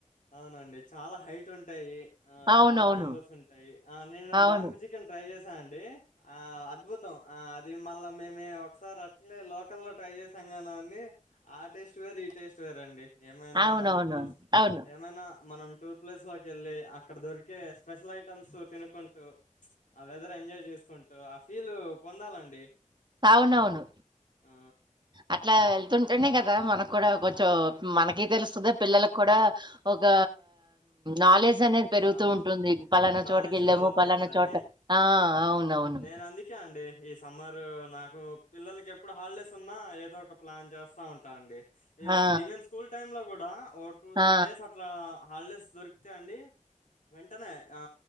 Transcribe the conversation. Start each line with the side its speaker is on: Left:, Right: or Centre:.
Left: అవునండి చాలా హైట్ ఉంటాయి ఆ
Right: అవునవును.
Left: చాలా బాంబూస్ ఉంటాయి ఆ నేను
Right: అవును.
Left: బాంబో చికెన్ ట్రై చేసి అండి ఆ అద్భుతం ఆ అది మళ్ళా మేమే ఒకసారి అట్లే లోకల్ లో ట్రై చేసాం కానీ అండి ఆ టేస్ట్ వేర్ ఈ టేస్ట్ చూరండి ఏమైనా
Right: అవునవును.
Left: మనం టూర్స్
Right: అవును.
Left: ఏమైనా మనం టూర్ ప్లేస్ లోకి వెళ్ళి అక్కడ దొరికే స్పెషల్ ఐటమ్స్ తినుకుంటూ ఆ వెదర్ ఎంజాయ్ చేసుకుంటూ ఆ ఫీల్ పొందాలండి
Right: అవునవును
Left: ఆ!
Right: అట్లా వెళ్తుంటేనే కదా కదా మనకు కూడా కొంచెం మనకి తెలుస్తుంది పిల్లలకు కూడా ఒక నాలెడ్జ్ జు అనేది పెరుగుతూ
Left: నాలెడ్జ్
Right: ఉంటుంది పలానా
Left: నాలెడ్జ్
Right: చోటకి వెళ్ళాము
Left: డెవలప్
Right: పలానా
Left: అయితదని
Right: చోట ఆ అవునవును
Left: నేను అందుకే అండి ఈ సమ్మర్ నా కు పిల్లలకి ఎప్పుడు హాలిడేస్ ఉన్నా ఏదో ఒక ప్లాన్ చేస్తా ఉంటా అండి ఎస్
Right: ఆ!
Left: ఈవెన్ స్కూల్ టైమ్ లో కూడా ఓ టూ
Right: ఆ!
Left: త్రీ డేస్ అట్లా హాలిడేస్ దొరికితే అండి <inaudible> వెంటనే ఆ